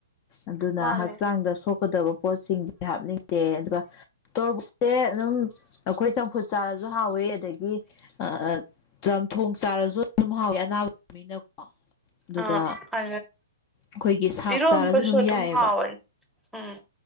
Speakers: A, on the left (about 30°); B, in the centre.
A: ꯑꯗꯨꯅ
B: ꯃꯥꯅꯦ
A: ꯍꯛꯆꯥꯡꯗ ꯁꯣꯛꯀꯗꯕ ꯄꯣꯠꯁꯤꯡꯗꯤ ꯍꯥꯞꯅꯤꯡꯗꯦ ꯑꯗꯨꯒ ꯇꯣꯔꯕꯣꯠꯁꯦ ꯑꯗꯨꯝ ꯑꯩꯈꯣꯏ ꯆꯝꯐꯨꯠ ꯆꯥꯔꯁꯨ ꯍꯥꯎꯋꯤ ꯑꯗꯒꯤ ꯑ ꯆꯝꯊꯣꯡ ꯆꯥꯔꯁꯨ ꯑꯗꯨꯝ ꯍꯥꯎꯋꯤ ꯑꯅꯥꯕ ꯃꯤꯅꯀꯣ ꯑꯗꯨꯒ
B: ꯑꯥ
A: ꯑꯩꯈꯣꯏꯒꯤ ꯁꯥꯛ
B: ꯏꯔꯣꯝꯕꯁꯨ
A: ꯆꯥꯔꯁꯨ ꯌꯥꯏꯑꯕ
B: ꯑꯗꯨꯝ ꯍꯥꯎꯣꯏ ꯎꯝ